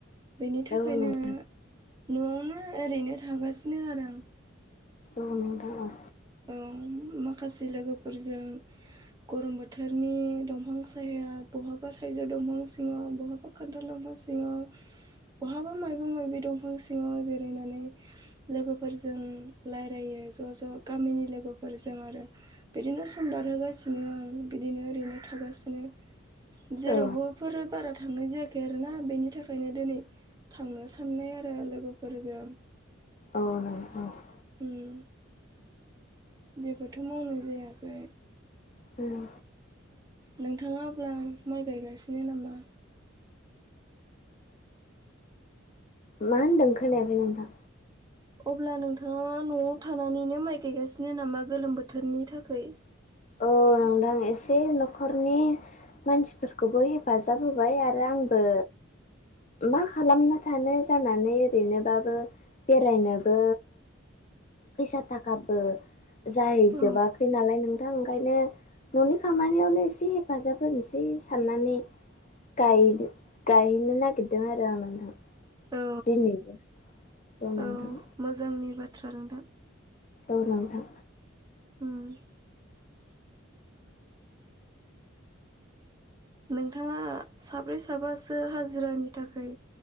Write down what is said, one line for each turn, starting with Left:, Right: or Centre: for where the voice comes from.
Right: बेनि थाखायनो
Left: औ नोंथां
Right: न'आवनो ओरैनो थागासिनो आरो आं।
Left: औ नों औ।
Right: औ माखासे लोगोफोरजों गरम बोथोरनि दंफां साया बहाबा थाइजौ दंफां सिङाव बहाबा खान्थाल दंफां सिङाव सिङाव बहाबा मायाबबा माबि दंफां सिङाव जिरायनानै लोगोफोरजों रायलायो ज' ज' गामिनि लोगोफोरजों आरो बिदिनो सम बारहोगासिनो बिदिनो आरो बिदिनो ओरैनो थागासिनो जेरावबो
Left: औ
Right: बेफोर बारा थांनाय जायाखै आरोना बेनि थाखायनो दिनै थांनो साननाय आरो लोगोफोरजों
Left: औ <unintelligible>
Right: उम। जेबोथ' मावनाय जायाखै
Left: उम।
Right: नोंथाङा अब्ला माइ गायगासिनो नामा?
Left: मा होन्दों खोनायाखै नोंथां?
Right: अब्ला नोंथाङा न'आव थानानैनो माइ गायगासिनो नामा गोलोम बोथोरनि थाखै?
Left: औ नोंथां एसे न'खरनि मानसिफोरखौबो हेफाजाब होबाय आरो आंबो मा खालामना थानो जानानै ओरैनोबाबो बेरायनोबो फैसा थाखाबो जाहैजोबाखै
Right: औ
Left: नालाय नोंथां ओंखायनो न'नि खामानियावनो एसे हेफाजाब होनोसै साननानै गायनो नगिरदों आरो आं नोंथां।
Right: औ
Left: दिनैबो <unintelligible>
Right: औ मोजांनि बाथ्रा नोंथां।
Left: औ नोंथां।
Right: <unintelligible> नोंथाङा साब्रै साबासो हाजिरानि थाखाय